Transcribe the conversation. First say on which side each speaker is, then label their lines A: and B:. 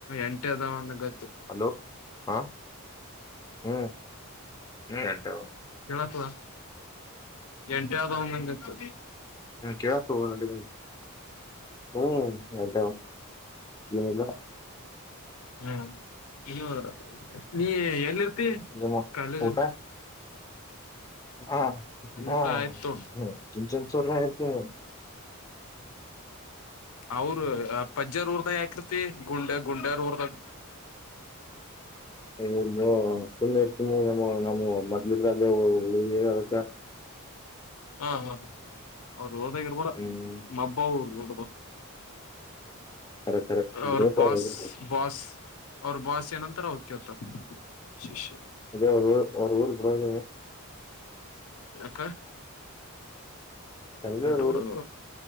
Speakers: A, on the left (about 85°); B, on the left (about 15°).
A: ಎಂಟೆ ಅದವ್ ಅಂದ್ ಬೇ ತು
B: ಹಲೋ ಹಾ ಹ್ಞ ಹ್ಞೂ ಎಂಟೇವ
A: ಕೇಳತ್ವಾ ಎಂಟೆ ಆದಾವು ಅಂದಂಗತ್ತು
B: ಹಾ ಕೇಳಾಕ್ ಹೋಗದಿಲ್ರಿ ಭೈ ಹ್ಮ್ ಕೇಳ್ತೆವ್--ಗ
A: ಹಾ ಇದು ನೀ ಎಲ್ಲಿ ಇರ್ತಿ
B: ಏನೋ
A: ಕಾಲೇಜತ್ರ್
B: ಊಟ ಹಾ ಹ
A: ಊಟ ಆಯ್ತು
B: ಹ ಚಿಂಚನ್ಚಡ್ರ ಎದ್ದು
A: ಅವ್ರು ರ ಪಜ್ಜರೂರ್ದ ಯಾಕಿರ್ತಿ ಗುಂಡೆ ಗುಂಡ್ಯಾರೂರ್ದಾಗ್
B: ಇವ್ರಿಬ್ರು ಸುಮ್ನೆ ಇರು ಸುಮ್ನೆ ನಮ್ಮ ನ ಮೊದ್ಲಿಡ್ದಗೆ ಉಳ್ದಿವೀ ಅದ್ಕ
A: ಹಾ ಹಾ ಅವ್ರ್ ಹೋದಾಗಿರ್ಬೇಡ
B: ಹ್ಮ್
A: ಮಬ್ಬ ಅವ್ರು ಡ್ದ
B: ಖರೆ ಖರೆ ಇರ್ಬೇಕು
A: ಅವ್ರ್ ಬಾಸ್
B: ಅವ್ರ ಇರ್ಬೇಕು.
A: ಬಾಸ್ ಅವ್ರ ಬಾಸ್ ಏನಂತರ ಅವ್ರ್ ಕೇಳ್ತಾರ ಶಿಷ್ಯ
B: ಅದೇ ಅವ್ರ ಅವ್ರುರಿಗ್ ಬರವದಿನಿ
A: ಏಕೆ
B: ಚಂದ್ರ
A: ಬಿಟ್ಟ
B: ಅವ್ರ
A: ಬಿಡು
B: ಊರು